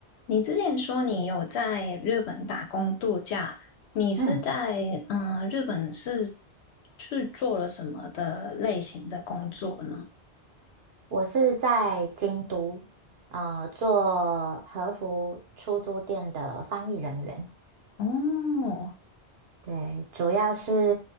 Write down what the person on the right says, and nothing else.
嗯，
我是在京都，呃，做和服出租店的翻译人员。
对，主要是，